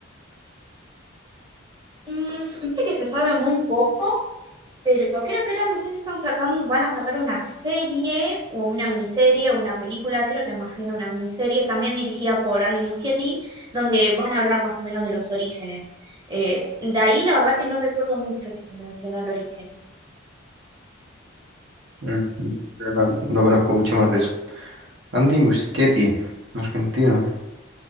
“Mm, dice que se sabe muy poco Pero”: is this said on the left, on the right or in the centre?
Right